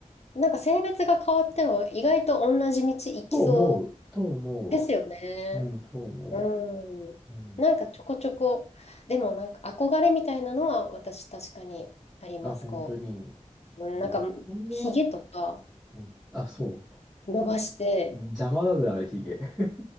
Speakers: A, on the left; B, in the centre.
A: なんか性別が変わっても、意外と同じ道行きそう
B: と思う。と思
A: ですよね。
B: う。うん、と思
A: うん。
B: う。うん。
A: なんかちょこちょこ、でもなんか憧れみたいなのは私確かにあります。
B: あ、本当に。
A: こう、うんなんかひげとか
B: 僕は、うん、あ、そう。
A: 伸ばして、
B: 邪魔だぜ、あれ、ヒゲ。<laughs>